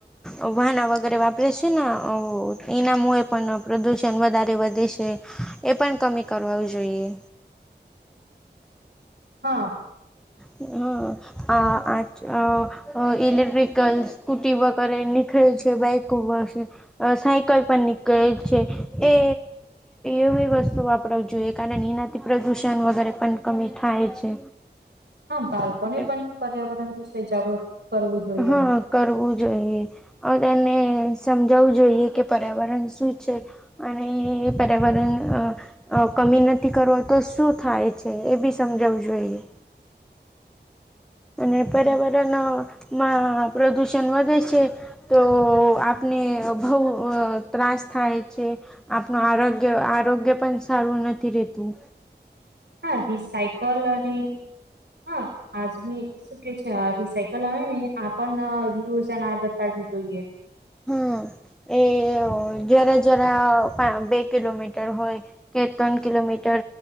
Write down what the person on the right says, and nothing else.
હા.
હા બાળકોને
પણ પર્યાવરણ વિશે જાગૃત કરવું જોઈએ.
હા વી સાઇકોલોની હા આજની શું કે છે રી સાયકલ આવે ને <inaudible> આધાર કાર્ડ જોઈએ. <inaudible>